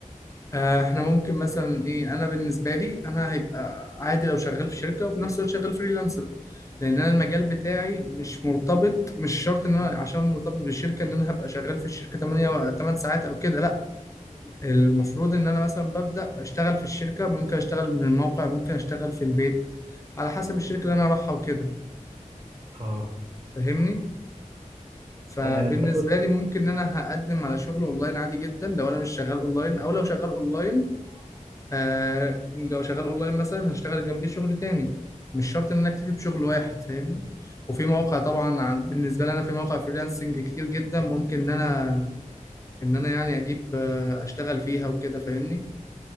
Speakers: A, on the left; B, on the right.
A: آه، احنا ممكن مثلا ايه انا بالنسبه لي انا هيبقى عادي لو شغال في شركه وفي نفس الوقت شغال فريلانسر لان انا المجال بتاعي مش مرتبط مش شرط ان انا عشان مرتبط بالشركه ان انا هبقى شغال في الشركه 8 و 8 ساعات او كده لا المفروض ان انا مثلا ببدا بشتغل في الشركه ممكن اشتغل من الموقع ممكن اشتغل في البيت على حسب الشركه اللي انا اروحها وكده
B: أه
A: فاهمني فبالنسبه
B: يعني بتاخد
A: لي ممكن ان انا هقدم على شغل اونلاين عادي جدا لو انا مش شغال اونلاين او لو شغال اونلاين آه لو شغال اونلاين مثلا هشتغل جنبيه شغل تاني مش شرط ان انا اكتفي بشغل واحد فاهمني وفي مواقع طبعا عن- بالنسبه لي انا في مواقع فريلانسنج كتير جدا ممكن ان انا ان انا يعني اجيب آه، اشتغل فيها وكده فاهمني